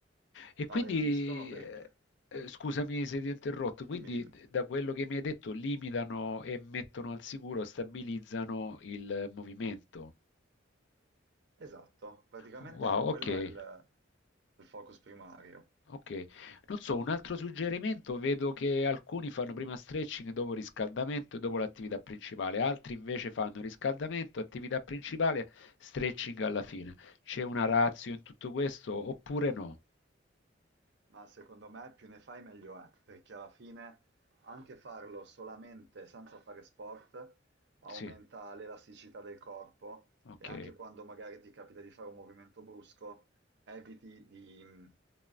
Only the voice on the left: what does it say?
E quindi,
eh, eh, scusami se ti ho interrotto, quindi
d- da quello che mi hai detto limitano e mettono al sicuro, stabilizzano il movimento.
Wow,
ok.
Ok, non so, un altro suggerimento, vedo che alcuni fanno prima stretching dopo riscaldamento e dopo l'attività principale, altri invece fanno riscaldamento, attività principale, stretching alla fine. C'è una ratio in tutto questo oppure no?
Sì,
ok,